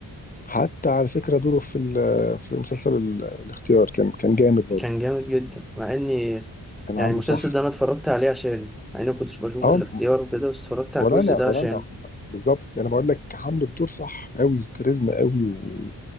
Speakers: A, on the left (about 20°); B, in the centre.
A: حتى على فكره دوره في ال- في مسلسل ال- الاختيار كان كان جامد برضه
B: كان جامد جدا مع إني
A: كان
B: يعني
A: عامله
B: المسلسل
A: صح
B: ده أنا اتفرجت عليه عشان مع إني كنتش بشوف
A: اه
B: الاختيار وكده بس اتفرجت على
A: ولا
B: الجزء
A: انا
B: ده
A: ولا
B: عشانه
A: انا بالظبط انا بقول لك عامل الدور صح قوي كاريزما قوي و...